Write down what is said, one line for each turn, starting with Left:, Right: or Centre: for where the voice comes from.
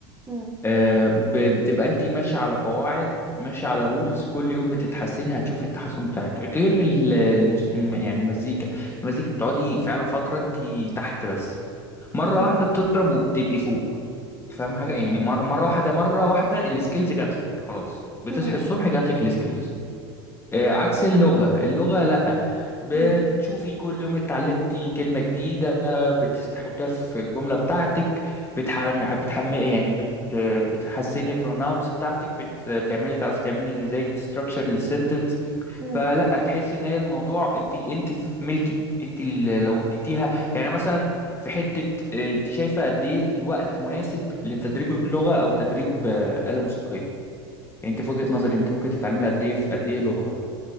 Right: مم.
Left: آه، ب- بتبقى انت ماشيه على قواعد ماشيه على رولز كل يوم بتتحسني هتشوفي التحسن بتاعك غير ال- المس... يعني المزيكا المزيكا بتقعدي فعلا فتره انت تحت بس مره
Right: مم.
Left: واحده بتضرب وبتبقي فوق فاهم حاجه
Right: مم.
Left: يعني مر... مره واحده مره واحده السكيلز جات لك خلاص بتصحي
Right: مم.
Left: الصبح جات لك السكيلز آه، عكس اللغة اللغة لأ بتشوفي
Right: مم.
Left: كل يوم اتعلمتي كلمة جديدة بتحطيها في الجملة بتاعتك بتحن... بتحمقي يعني بت... بتحسني البروناونس بتاعتك بتعملي تعرفي تعملي زي ستراكشر للسنتنس
Right: مم.
Left: فلا تحس ان هي الموضوع انت انت في ملكك انت اللي لو اديتيها يعني مثلا في حتة آه، انت شايفة قد ايه الوقت مناسب لتدريب اللغة او تدريب آه، آلة موسيقية يعني انت في وجهة نظري انت ممكن تتعلمي قد ايه في قد ايه لغة